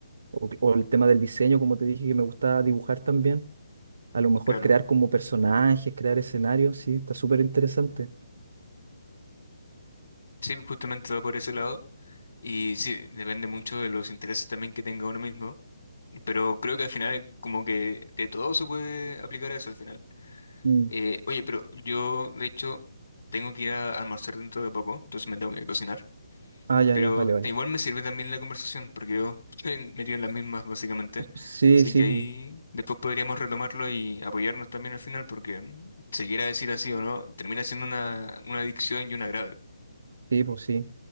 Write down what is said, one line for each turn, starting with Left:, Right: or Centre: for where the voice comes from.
Right: o, o el tema del diseño, como te dije, que me gusta dibujar también. A lo mejor
Left: claro.
Right: crear como personajes, crear escenarios, sí, está súper interesante.
Left: Sí, justamente va por ese lado. Y sí, depende mucho de los intereses también que tenga uno mismo Pero creo que al final, como que de todo se puede aplicar a eso al final.
Right: Mm.
Left: Eh, oye, pero yo, de hecho, tengo que ir a almorzar dentro de poco, entonces me tengo que cocinar.
Right: Ah, ya,
Left: Pero
Right: ya, vale, vale.
Left: te- igual me sirve también la conversación, porque yo <laughs> estoy metido en las mismas, básicamente.
Right: Sí,
Left: Así
Right: sí,
Left: que ahí
Right: pu-
Left: después podríamos retomarlo y apoyarnos también al final, porque mm, se quiera decir así o no, termina siendo una, una adicción y una grave.
Right: sí, pues sí,